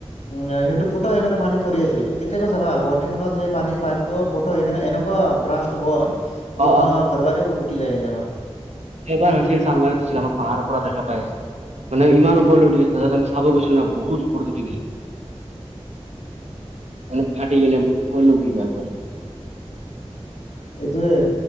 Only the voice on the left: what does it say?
উম সেইটো ফুটা সেইকাৰণে পানী পৰি আছিল কেতিয়াবা চাবা গুৱাহাটী খনত সেই পানীৰ পাইপ ফটো সেইকাৰণে এনেকুৱা ব্ৰাষ্ট হয়
বহুত মানুহৰ ঘৰ বাৰিও পুটি যায় কেতিয়াবা।
এইটোৱে।